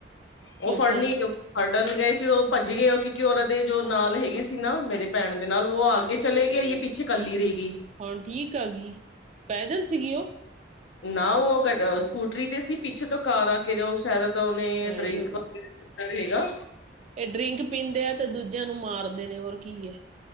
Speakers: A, on the left (about 85°); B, on the right (about 35°).
A: ਉਹ
B: ਲੋਕਾਂ
A: ਫੜਨੀ
B: ਨੇ
A: ਹੜਨ ਗਏ ਸੀ ਭੱਜ ਗਏ ਕਿਉਂਕਿ ਉਹਨਾਂਦੇ ਜੋ ਨਾਲ ਹੈਗੇ ਸੀ ਨਾ ਮੇਰੇ ਭੈਣ ਦੇ ਨਾਲ ਉਹ ਆਗੇ ਚਲੇ ਗਏ ਪਿੱਛੇ ਇਕੱਲੀ ਰਹੇਗੀ
B: ਹੁਣ ਠੀਕ ਆ ਗਈ, ਪੈਦਲ ਸੀਗੀ ਉਹ?
A: ਨਾ ਉਹ ਗਾਗ ਸਕੂਟਰੀ ਤੇ ਸੀ, ਪਿੱਛੇ ਤੋਂ ਕਾਰ ਆ ਕੇ ਨੇ ਉਹ ਸ਼ਾਇਦ ਤਾਂ ਉਹਨੇ
B: ਹਾਏ ਰੱਬਾ
A: ਤਾ ਰਹੇਗਾ
B: ਇਹ ਡਰਿੰਕ ਪੀਂਦੇ ਆ, ਤੇ ਦੂਜਿਆਂ ਨੂੰ ਮਾਰਦੇ ਨੇ ਹੋਰ ਕੀ ਏ